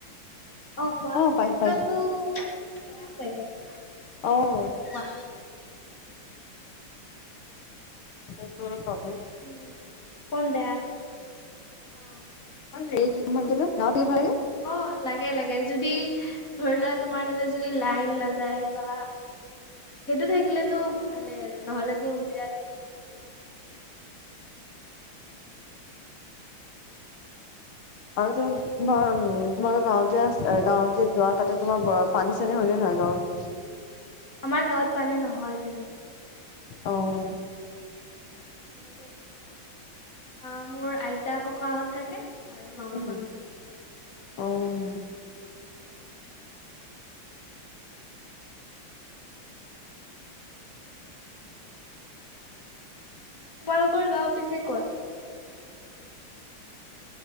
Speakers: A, on the left; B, on the left.
A: অ' কোৱা।
B: পাইছোঁ,
A: নেটৱৰ্কটো
B: পাইছোঁ।
A: বেয়া ছাগে। অ',
B: অহ,
A: অ' কোৱা
B: নেটৱৰ্কৰ প্ৰব
A: উম অকন বেয়া। অ
B: হেৰি কি <unintelligible>
A: অ' লাগে, লাগে। যদি ধৰি লোৱা, তোমাৰ তাতে যদি লাইন নাযায় বা সেইটো থাকিলেটো ভালেই আৰু নহ'লেতো বিৰাট অশান্তি।
B: আৰু তো তোমাৰ তোমালোকৰ গাঁৱত যে, আ গাঁৱত যে, যোৱা তাতে তোমাৰ পানী-চানী হয় নে নহয়? <unintelligible>
A: আমাৰ গাঁৱত পানী নহয় তেনেকে।
B: অ'
A: বেলেগ। আহ মোৰ আইতা ককাহঁত থাকে। আৰু মামা
B: উম
A: মামী থাকে
B: অ উম
A: তোমালোকৰ গাওঁ পিছে ক'ত?